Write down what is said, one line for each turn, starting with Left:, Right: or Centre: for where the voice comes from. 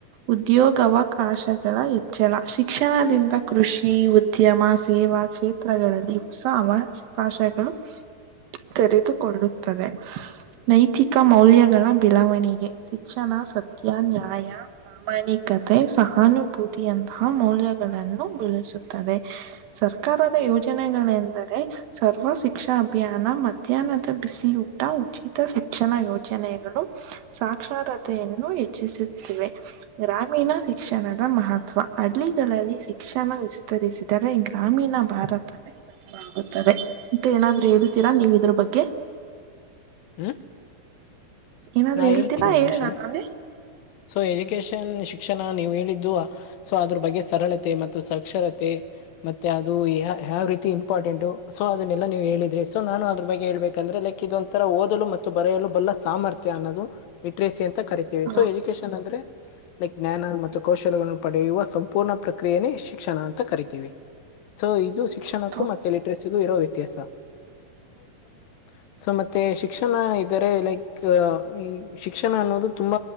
Right: ಉದ್ಯೋಗಾವಕಾಶಗಳ ಹೆಚ್ಚಳ ಶಿಕ್ಷ ಶಿಕ್ಷಣದಿಂದ ಕೃಷಿ ಉದ್ಯಮ ಸೇವಾ ಕ್ಷೇತ್ರಗಳಲ್ಲಿ ಹೊಸ ಅವಕಾಶಗಳು ತೆರೆದುಕೊಳ್ಳುತ್ತದೆ ನೈತಿಕ ಮೌಲ್ಯಗಳ ಬೆಳವಣಿಗೆ ಶಿಕ್ಷಣ ಸತ್ಯ ನ್ಯಾಯ ಪ್ರಾಮಾಣಿಕತೆ ಸಹಾನುಭೂತಿಯಂತಹ ಮೌಲ್ಯ ಗಳನ್ನು ಬೆಳೆಸುತ್ತದೆ ಸರ್ಕಾರದ ಯೋಜನೆಗಳೆಂದರೆ ಸರ್ವ ಶಿಕ್ಷಣ ಅಭಿಯಾನ ಮಧ್ಯಾಹ್ನದ ಬಿಸಿಯೂಟ ಉಚಿತ ಶಿಕ್ಷಣ ಯೋಜನೆಗಳು ಸಾಕ್ಷರತೆಯನ್ನು ಹೆಚ್ಚಿಸುತ್ತಿವೆ ಗ್ರಾಮೀಣ ಶಿಕ್ಷಣದ ಮಹತ್ವ ಅಲಿ ಗಳಲ್ಲಿ ಶಿಕ್ಷಣ ವಿಸ್ತರಿಸಿದರೆ ಗ್ರಾಮೀಣ ಭಾರತವೇ ಬದಲಾಗುತ್ತದೆ ಇಂತ ಏನಾದ್ರು ಹೇಳ್ತೀರಾ ನೀವು ಇದ್ರ ಬಗ್ಗೆ
Left: ಹ್ಮ
Right: ಏನಾದ್ರು
Left: ಹಾ
Right: ಹೇಳ್ತೀರಾ
Left: ಹೇಳ್ತೀವಿ ಒಂದ
Right: ಹೇಳ
Left: ನಿಮಿಷ
Right: ನಾನೇ
Left: ಸೊ ಎಜುಕೇಶನ್ ಶಿ ಶಿಕ್ಷಣ ನೀವು ಹೇಳಿದ್ದು ಸೊ ಅದ್ರ ಬಗ್ಗೆ ಸರಳತೆ ಮತ್ತು ಸಾಕ್ಷರತೆ ಮತ್ತೆ ಅದು ಯ ಯಾವ ರೀತಿ ಇಂಪಾರ್ಟೆಂಟ್ು ಸೊ ಅದನ್ನೆಲ್ಲ ನೀವು ಹೇಳಿದ ಸೊ ನಾನು ಅದ ಬಗ್ ಹೇಳ್ಬೇಕಂದ್ರೆ ಲೈಕ್ ಇದೊಂಂತರ ಓದಲು ಮತ್ತು ಬೆಯಲು ಬಲ್ಲ ಸಾಮರ್ಥ್ಯ ಅನ್ನೋದು ಲಿಟ್ರೇಸಿ ಅಂತ ಕರಿತೀವಿ
Right: ಹ
Left: ಸೊ ಎಜುಕೇಶನ್ ಅಂದ್ರೆ ಲೈಕ್ ಜ್ಞಾನ ಮತ್ತು ಕೌಶಲಗಳನ್ನು ಪಡೆಯುವ ಸಂಪೂರ್ಣ ಪ್ರಕ್ರಿಯೆನೇ ಶಿಕ್ಷಣ ಅಂತ ಕರಿತೀವಿ ಸೊ ಇದು ಶಿಕ್ಷಣಕ್ಕೂ
Right: ಹೌದು
Left: ಮತ್ತೆ ಲಿಟ್ರೇಸಿಗೂ ಇರೋ ವ್ಯತ್ಯಾಸ <unintelligible> ಸೊ ಮತ್ತೆ ಶಿಕ್ಷಣ ಇದ್ದಾರೆ ಲೈಕ್ ಈ ಶಿಕ್ಷಣ ಅನ್ನೋದು ತುಂಬ